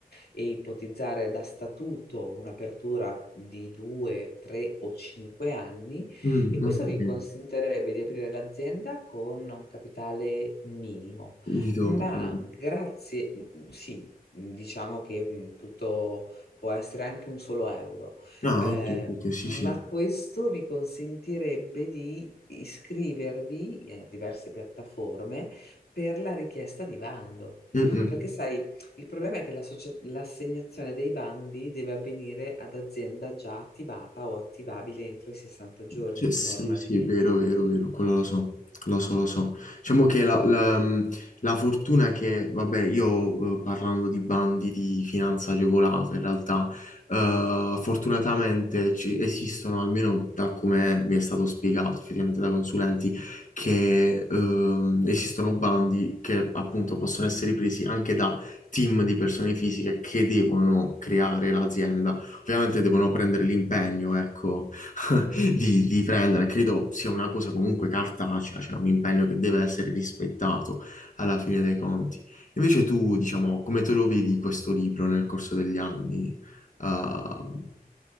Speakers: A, on the left; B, on the left.
A: e ipotizzare da statuto un'apertura di due, tre o cinque anni
B: Mm,
A: e questo
B: ok.
A: vi consentirebbe di aprire l'azienda con un capitale minimo,
B: Di dotto.
A: ma grazie, mm, sì, mm, diciamo che mm, tutto può essere anche un solo euro.
B: Ah,
A: eh,
B: ok, ok, sì,
A: ma
B: sì.
A: questo vi consentirebbe di iscrivervi eh, a diverse piattaforme per la richiesta di bando.
B: Mm, mm.
A: Perché sai, il problema è che la socia- l'assegnazione dei bandi deve avvenire ad azienda già attivata o attivabile entro i 60 giorni
B: Cioè, sì,
A: normalmente.
B: sì, è vero, vero, vero, quello lo so, lo so, lo so. Diciamo che la, la- la fortuna è che, vabbè, io eh, parlando di bandi di finanza agevolata, in realtà, eh, fortunatamente ci- esistono, almeno da come mi è stato spiegato, effettivamente da consulenti, che ehm, esistono bandi che appunto possono essere presi anche da team di persone fisiche che devono creare l'azienda. Ovviamente devono prendere l'impegno, ecco di, di prendere. Credo sia una cosa comunque cartacea, cioè un impegno che deve essere rispettato alla fine dei conti. Invece tu, diciamo, come te lo vedi questo libro nel corso degli anni? Uh,